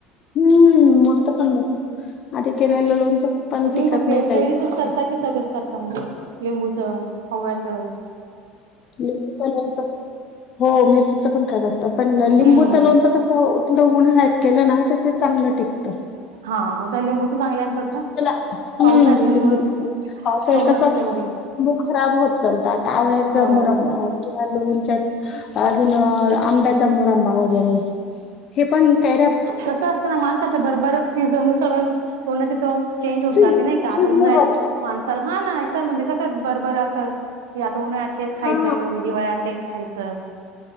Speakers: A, on the left; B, on the right.
A: हम्म मूर्त पण मस्त. आधी केलेलं लोणचं पण
B: म तुम्ही
A: टिकत
B: फक्त
A: नाही
B: याच
A: काही
B: काैरीचच
A: काहीच
B: करता की सगळेंच करता म्हणजे? लिंबूच, आवळ्याचा
A: लिंबूचा लोणचं हो मिरचीचं पण करतात पण लिंबू
B: हम्म
A: च लोणच कसं थोडं उन्हाळ्यात केलं ना तर ते चांगलं टिकतं.
B: हा आमच्या लिंबू पण चांगले असतात. ना.
A: त्याला हम्म
B: पावसाळ्यात लिंबू
A: लिंबूचा <inaudible> पावसाळ्यात
B: चव
A: कसा
B: नसते एवढी.
A: बो खराब होत चलतात आवळ्याचा
B: हो
A: मुरब्बा किंवा लोणच्याच अजून आंब्याचा मुरांबा वगैरे हे पण काय रहात
B: कसं असतं न माणसाचं बरोबर सीझन नुसार तोंडाची चव चेंज होत
A: सीझ
B: जाते नाही का आता
A: सीझनेबल
B: उन्हाळ्यात माणसाला हा नाय तर काय म्हणजे कसं बरबरं असं या तो ना ह्यायतलेच खायचं,
A: हा
B: हिवाळ्यात तेच खायचं